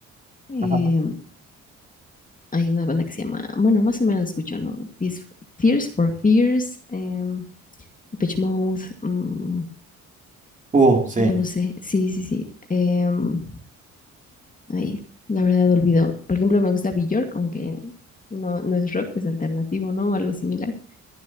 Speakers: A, on the left (about 25°); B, on the right (about 25°).
A: Em,
B: Ajá.
A: hay una banda que se llama, bueno, más o menos la escucho, ¿no? Tears Tears for Fears, em, Depeche Mode, mm,
B: Uh, sí.
A: No lo sé. Sí, sí, sí. Em, ahí, la verdad olvido. Por ejemplo, me gusta Bjork, aunque no, no es rock, es alternativo, ¿no? O algo similar.